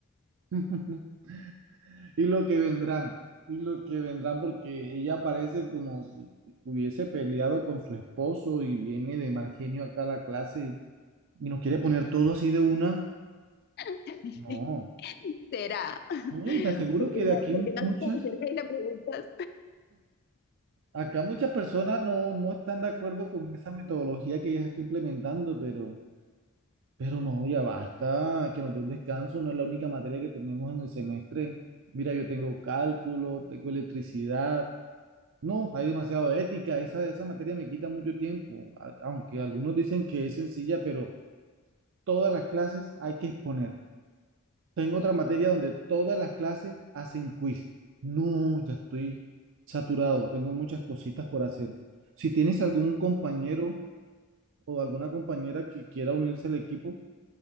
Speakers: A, on the right; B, on the left.
A: de... <laughs> Y lo que vendrán, y lo que vendrán, porque ella parece como si hubiese peleado con su esposo y viene de mal genio acá a la clase y, y nos quiere poner todo así de una.
B: <laughs>
A: No,
B: ¿Será?
A: no, y te aseguro
B: porque
A: que
B: no,
A: de aquí
B: porque
A: muchas,
B: no te acercas y le preguntas.
A: acá muchas personas no, no están de acuerdo con esa metodología que ella está implementando, pero, pero no, ya basta, que nos dé un descanso, no es la única materia que tenemos en el semestre. Mira, yo tengo cálculo, tengo electricidad No, hay demasiado de ética. Esa, esa materia me quita mucho tiempo, a- aunque algunos dicen que es sencilla, pero todas las clases hay que exponer. Tengo otra materia donde todas las clases hacen quiz. No, ya estoy saturado, tengo muchas cositas por hacer. Si tienes algún compañero o alguna compañera que quiera unirse al equipo,